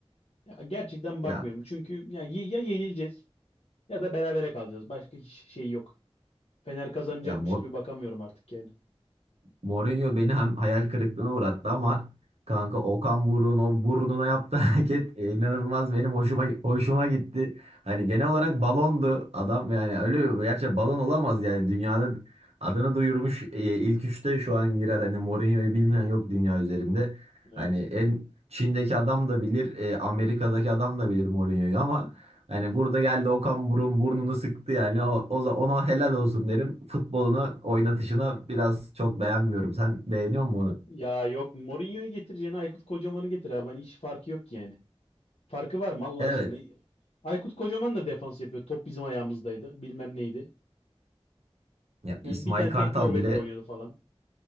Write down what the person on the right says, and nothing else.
Ya
ya mor,
Mourinho beni hem hayal kırıklığına uğrattı ama kanka Okan Buruk'un o burnuna yaptığı <laughs> hareket e, inanılmaz benim hoşuma hoşuma gitti. Hani genel olarak balondu adam yani öyle bir gerçi balon olamaz yani dünyada adını duyurmuş e, ilk üçte şu an girer hani Mourinho'yu bilmeyen yok dünya üzerinde.
Hani en Çin'deki adam da bilir, e, Amerika'daki adam da bilir Mourinho'yu ama Hani burada geldi Okan Burun burnunu sıktı yani. O, o za- ona helal olsun derim. Futbolunu oynatışına biraz çok beğenmiyorum. Sen beğeniyor musun onu?
Evet.
Ya
İsmail
Kartal
bile